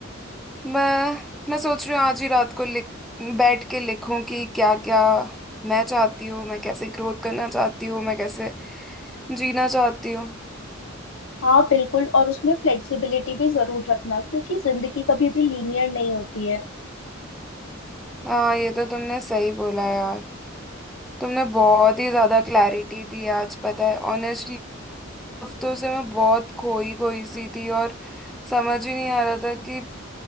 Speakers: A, in the centre; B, on the left.
A: मैं मैं सोच रही हूँ आज ही रात को लिख बैठ के लिखूं कि क्या क्या मैं चाहती हूँ मैं कैसे ग्रोथ करना चाहती हूँ मैं कैसे जीना चाहती हूँ
B: हाँ बिल्कुल और उसमें फ्लेक्सिबिलिटी भी जरूर रखना क्योंकि जिंदगी कभी भी लीनियर नहीं होती है
A: हाँ ये तो तुमने सही बोला यार तुमने बहुत ही ज्यादा क्लैरिटी दी आज पता है ऑनेस्टली हफ्तों से मैं बहुत खोई खोई सी थी और समझ ही नहीं आ रहा था कि